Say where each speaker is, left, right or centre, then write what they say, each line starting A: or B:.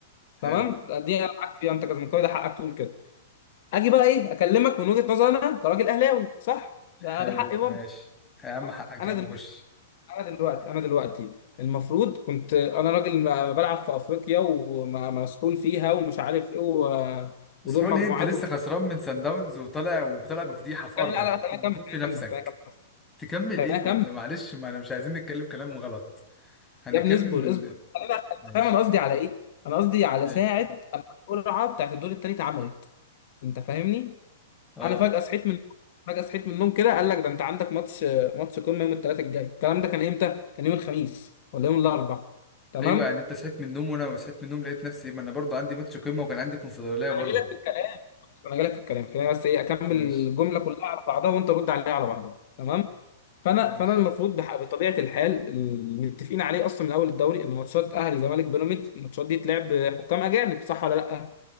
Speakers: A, on the left; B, on the left.
A: حلو
B: تمام دي انا معاك فيها انت كزملكاوي ده حقك تقول كده اجي بقى ايه اكلمك من وجهة نظري انا كراجل اهلاوي صح
A: حلو
B: ده ده حقي برضه
A: ماشي يا عم
B: تمام؟
A: حقك
B: انا
A: يا عم
B: دلوقتي
A: خش
B: انا دلوقتي انا دلوقتي المفروض كنت انا راجل ما- بلعب في افريقيا ومسؤول فيها ومش عارف ايه و-
A: بس
B: ودور
A: قول
B: مجموعات
A: لي انت لسه
B: ومش
A: خسران
B: عارف
A: من سان داونز وطالع وطالع بفضيحه في ارضك
B: إيه. خليني لا لا خليني
A: وبتجيب
B: اكمل
A: في
B: خليني
A: نفسك
B: اكمل خليني اكمل بس
A: تكمل
B: خليني
A: ايه ما
B: اكمل
A: انت معلش ما انا مش عايزين نتكلم كلام غلط هنتكلم
B: يا ابني اصبر اصبر خليني أ- انت
A: ماشي
B: فاهم انا قصدي على ايه؟ انا قصدي على
A: ماشي
B: ساعة اما القرعة بتاعت الدور التالت عملت انت فاهمني؟
A: اه
B: انا فجأة صحيت من فجأة صحيت من النوم كده قال لك ده انت عندك ماتش ماتش قمة يوم الثلاث الجاي الكلام ده كان امتى كان يوم الخميس ولا يوم الاربع تمام
A: ايوه يعني انت صحيت من النوم وانا ما صحيت من النوم لقيت نفسي ما انا برضو عندي ماتش قمه وكان عندي كونفدراليه برضو
B: انا جاي لك في الكلام انا جاي لك في الكلام خليني بس ايه اكمل
A: ماشي
B: الجملة كلها على بعضها وانت رد عليها على بعضها تمام فانا
A: ماشي
B: فانا المفروض بح... بطبيعه الحال المتفقين عليه اصلا من اول الدوري ان ماتشات اهلي زمالك بيراميدز الماتشات دي تلعب بحكام اجانب صح ولا لا